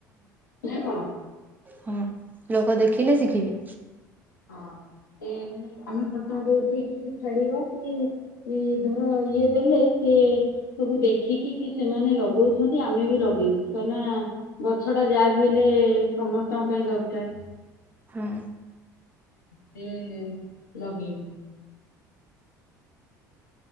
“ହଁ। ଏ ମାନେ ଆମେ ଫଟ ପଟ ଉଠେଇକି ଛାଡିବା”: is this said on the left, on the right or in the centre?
Left